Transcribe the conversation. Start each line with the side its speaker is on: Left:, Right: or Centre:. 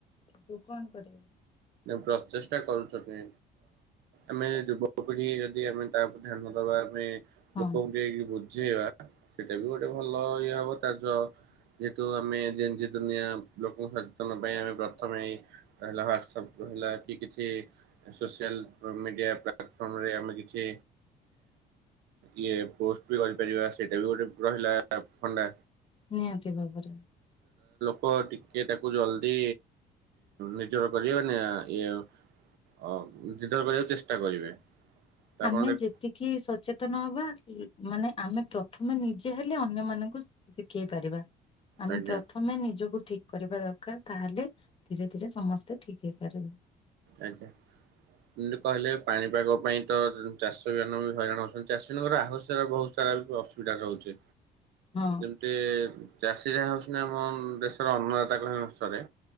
Left: ତୁ କଣ କରିବୁ?
Right: ପ୍ରଚେଷ୍ଟା କରୁଛନ୍ତି ଆମେ ଯୁବପିଢି ଯଦି ଆମେ ତା ଉପରେ ଧ୍ୟାନ ଦବା ଆମେ
Left: ହଁ
Right: ଲୋକଙ୍କୁ ଯାଇକି ବୁଝ୍ ବୁଝେଇବା ସେଇଟା ବି ଗୋଟେ ଭଲ ଇଏ ହବ ତା ଯ ଯେହେତୁ ଆମେ ଯେନଜି ଦୁନିଆ ଲୋକଙ୍କୁ ସଚେତନ ପାଇଁ ଆମେ ପ୍ରଥମେ ଏଇ ହେଲା ୱାଟ୍ସସପ ରହିଲା କି କିଛି ସୋସିଆଲ ମିଡ଼ିଆ ପ୍ଲା କରି ଆମେ କିଛି ଇଏ ପୋଷ୍ଟ ବି ରହିପାରିବା ସେଇଟା ବି ଗୋଟେ ରହିଲା ତାର ଫଣ୍ଡା
Left: ନିହାତି ଭାବରେ
Right: ବ ଟିକେ ତାକୁ ଜଲଦି ନିଜର କରିହବ ଇଏ ଅ ଯୁଦ୍ଧ କରିବାକୁ ଚେଷ୍ଟା କରିବେ। ତ ଆପଣ
Left: ଆମେ
Right: ଦେଖ
Left: ଯେତିକି ସଚେତନ ହବା ମାନେ ଆମେ ପ୍ର ଥମେ ନିଜେ ହେଲେ ଅନ୍ୟ ମାନଙ୍କୁ ଶିଖେଇ ପାରିବା। ଆମେ
Right: ଆଜ୍ଞା
Left: ପ୍ରଥମେ ନିଜକୁ ଠିକ କରିବା ଦରକା କାର ତାହେଲେ ଧୀରେ ଧୀରେ ସମସ୍ତେ ଠିକ ହେଇପାରିବେ।
Right: ଆଜ୍ଞା। ଲ କହିଲେ ପାଣିପାଗ ପାଇଁ ତ ଚାଷୀ ମାନେ ବି ହଇରାଣ ହଉଛନ୍ତି ଚାଷୀ ମାନଙ୍କର ଆହସ୍ୟ ବହୁତ ଲା ବେଳକୁ ଅସୁବିଧା ରହୁଛି।
Left: ହଁ
Right: ଯେମିତି ଚାଷୀ ଯାହା ହଉଛନ୍ତି ଆମ ଦେଶର ଅନ୍ନଦତା କହିଲେ ନସରେ